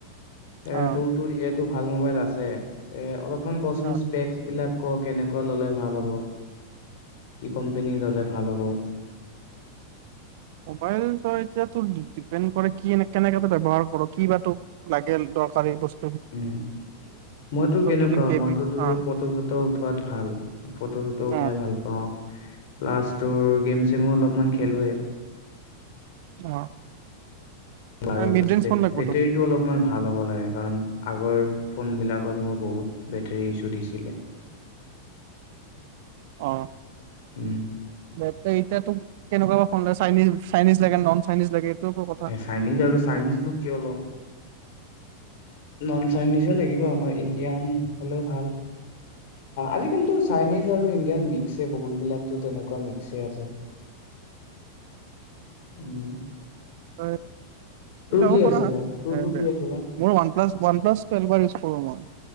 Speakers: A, on the left (about 50°); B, on the right (about 50°).
A: এ
B: অ
A: তওটো যিয়েটো ভাল মোবাইল আছে। এ অলপ ফোন কচোন
B: অ
A: স্পেক বিলাক। আকৌ কেনেকুৱা ল'লে ভাল হ'ব, কি কম্পেনী ল'লে ভাল হ'ব?
B: মোবাইল তই এতিয়া তোৰ ডি-ডিপেন কৰে কিয়েনে-কেনেকে তই ব্যৱহাৰ কৰ', কি বা তোক লাগে দৰকাৰী বচ
A: উম মইতো কেনেকুৱা
B: যদি কেবি
A: মইতো তোৰ
B: অ
A: ফটো-চটো উঠোৱাত ভাল। ফটো-চটো উঠাই
B: অ
A: ভাল পাওঁ। প্লাছ তোৰ গেম-চেমো অলপমান খেলোৱে।
B: অ'।
A: বাৰু
B: মিড
A: প্লাছ
B: ৰেঞ্জ
A: বে-বেটেৰীটো
B: ফোন লাগব তোক
A: অলপমান ভাল হ'ব লা এ কাৱণ আগৰ ফোনবিলাকত মোৰ বহুত বেটৰী ইছু দিছিলে।
B: অ'।
A: উম।
B: বেটাই, এতিয়া তোক কেনেকুৱা বা ফোন লাগে চাইনিজ-চাইনিজ লাগে, নন চাইনিজ লাগে। এইটোৰ ওপৰত কথা
A: এ চাইনিজ আৰু চাইনিজনো কিয় লও। <inaudible> চাইনিজে লাগিব,
B: উম
A: আমাৰ ইণ্ডিয়ান হলেও ভাল। অ, আজিকালিতো চাইনিজ আৰু ইণ্ডিয়ান মিক্সএ বহুতবিলাকতো তেনেকুৱা মিক্সএ আছে। উম।
B: হয়।
A: তোৰ
B: এই ল'ব
A: কি
B: পাৰা
A: আছিলে
B: <unintelligible>
A: তোৰতো কি আছিলে
B: মোৰ OnePlus, one plus <unintelligible> use কৰোঁ মই।